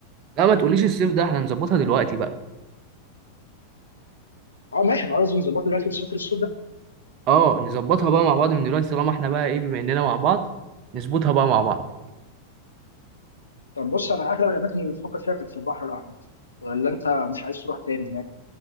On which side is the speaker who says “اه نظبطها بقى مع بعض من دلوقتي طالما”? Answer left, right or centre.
Right